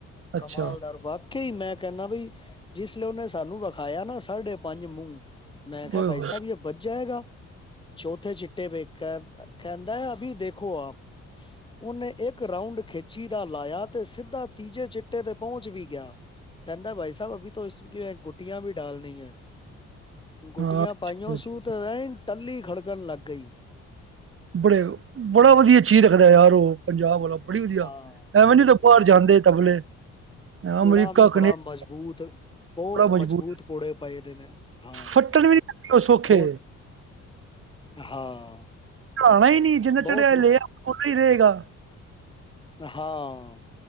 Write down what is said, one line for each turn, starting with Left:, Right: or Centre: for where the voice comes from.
Right: ਅੱਛਾ
Left: ਕਮਾਲ ਦਾਰ ਵਕ ਕੀ ਮੈਂ ਕੈਂਣਾ ਬਈ ਜਿਸ ਲਈ ਉਹਨੇ ਸਾਨੂੰ ਵਿਖਾਇਆ ਨਾ ਸਾਢੇ ਪੰਜ ਮੂੰਹ ਮੈਂ ਕਿਆ
Right: ਓਏ ਹੋਏ
Left: ਬਾਈ ਸਾਹਿਬ ਯੇ ਬੱਚਾ ਹੈਗਾ ਚੌਥੇ ਚਿੱਟੇ ਪੇ ਕਹ ਕੈਂਦਾ ਅਭੀ ਦੇਖੋ ਆਪ ਉਹਨੇ ਇੱਕ ਰਾਊਂਡ ਖਿੱਚੀ ਦਾ ਲਾਇਆ ਤੇ ਸਿੱਧਾ ਤੀਜੇ ਚਿੱਟੇ ਤੇ ਪਹੁੰਚ ਵੀ ਗਿਆ। ਕੈਂਦਾ ਭਾਈ ਸਾਹਿਬ ਅਭੀ ਤੋਂ ਇਸ ਕੇ ਗੁੱਟੀਆਂ ਵੀ ਡਾਲਨੀ ਏ। ਗੁੱਟੀਆਂ
Right: ਹਾਂ ਅੱਛਾ,
Left: ਪਾਈਓ
Right: ਅੱਛਾ।
Left: ਸੂਤ ਏਣ ਟੱਲੀ ਖੜਕਣ ਲੱਗ ਗਈ।
Right: ਬੜੇ ਬੜਾ ਵਧੀਆ ਚੀਜ਼ ਰੱਖਦਾ ਯਾਰ ਓ ਪੰਜਾਬ ਵਾਲਾ ਬੜੀ ਵਧੀਆ
Left: ਹਾਂ,
Right: ਐ ਵੇਂ ਨੀ ਬਾਰ ਜਾਂਦੇ ਤਬਲੇ
Left: ਪੂੜਾ
Right: ਅਮਰੀਕਾ
Left: ਵੀ
Right: ਕਨੇਡਾ
Left: ਬੜਾ ਮਜ਼ਬੂਤ ਬੋਤ
Right: ਬੜਾ
Left: ਮਜ਼ਬੂਤ
Right: ਮਜਬੂਤ
Left: ਪੂੜੇ ਪਏ ਦੇ ਨੇ ਹਾਂ
Right: ਫੱਟਣ ਵੀ ਨੀ ਲੱਗੇ ਉਹ ਸੌਖੇ
Left: ਬੋਤ ਹਾਂ
Right: ਪਾਣਾ ਈ ਨੀ ਜਿੰਨਾ
Left: ਬਹੁਤ,
Right: ਚੜਿਆ ਲਿਆ ਓਨਾ ਹੀ ਰਏਗਾ।
Left: ਹਾਂ